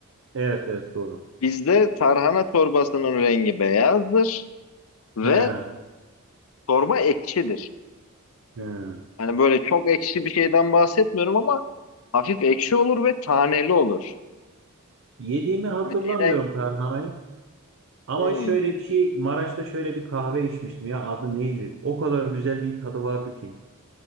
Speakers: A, on the right; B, on the left.
A: Evet evet doğru.
B: Bizde tarhana çorbasının rengi beyazdır ve
A: He,
B: çorba ekşidir.
A: he.
B: Hani böyle çok ekşi bir şeyden bahsetmiyorum ama hafif ekşi olur ve taneli olur.
A: Yediğimi hatırlamıyorum
B: Hani şeyden
A: tarhanayı. Ama
B: Hmm.
A: şöyle bir şey Maraş'ta şöyle bir kahve içmiştim ya adı neydi? O kadar güzel bir tadı vardı ki.